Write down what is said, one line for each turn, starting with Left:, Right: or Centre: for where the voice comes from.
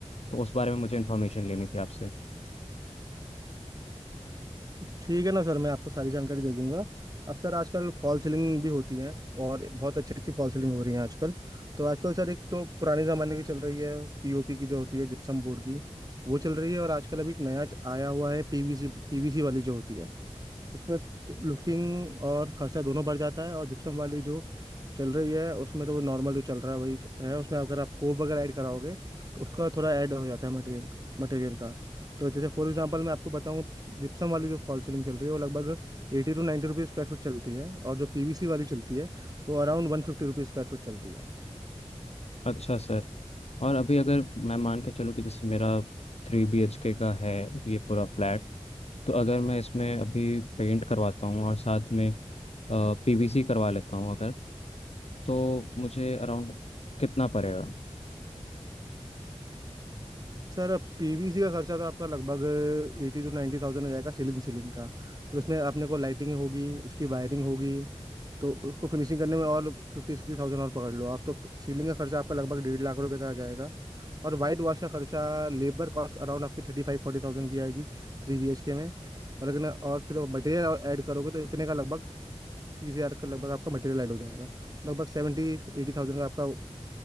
Left: तो उस बारे में मुझे इन्फॉर्मेशन लेनी थी आपसे
Right: ठीक है ना सर मैं आपको सारी जानकारी दे दूंगा अब सर आजकल फॉल सीलिंग भी होती है और बहुत अच्छी अच्छी फॉल सीलिंग हो रही है आजकल तो आजकल सर एक तो पुराने ज़माने की चल रही है पीओपी की जो होती है जिप्सम बोर्ड की वो चल रही है और आजकल अभी एक नया च- आया हुआ है पीवीसी पीवीसी वाली जो होती है उसमें तो लुकिंग और खर्चा दोनों बढ़ जाता है और जिप्सम वाली जो चल रही है उसमें तो वो नॉर्मल जो चल रहा है वही है उसमें अगर आप कोप वगैरह ऐड कराओगे तो उसका थोड़ा ऐड हो जाता है मटेरियल का मटेरियल का तो जैसे फॉर एग्जांपल मैं आपको बताऊं जिप्सम वाली जो फॉल सीलिंग चल रही है वो लगभग एटी टू नाइन्टी रुपीज़ स्क्वायर फीट चलती है और जो पीवीसी वाली चलती है वो अराउंड वन फिफ्टी रुपीज़ स्क्वायर फीट चलती है
Left: अच्छा सर और अभी अगर मैं मान के चलूँ कि जैसे मेरा थ्री बी एच के का है ये पूरा फ्लैट तो अगर मैं इसमें अभी पेंट करवाता हूँ और साथ में पीवीसी करवा लेता हूँ अगर तो मुझे अराउंड कितना पड़ेगा
Right: सर अब पीवीसी का खर्चा तो आपका लगभग एटी टू नाइन्टी थाउजेंड आ जाएगा सीलिंग सीलिंग का फिर उसमें अपने को लाइटिंग होगी उसकी वायरिंग होगी तो उसको फिनिशिंग करने में और फिफ्टी सिक्सटी थाउजेंड और पकड़ लो आप तो सीलिंग का खर्चा आपका लगभग डेढ़ लाख रुपए का आ जाएगा और वाइट वॉश का खर्चा लेबर कॉस्ट अराउंड आपकी थर्टी फाइव फोर्टी थाउजेंड की आएगी थ्री बी एच के में और अगर और फिर मटेरियल ऐड करोगे तो इतने का लगभग तीस हजार का लगभग आपका मटेरियल ऐड हो जाएगा लगभग सेवेंटी एटी थाउजेंड का आपका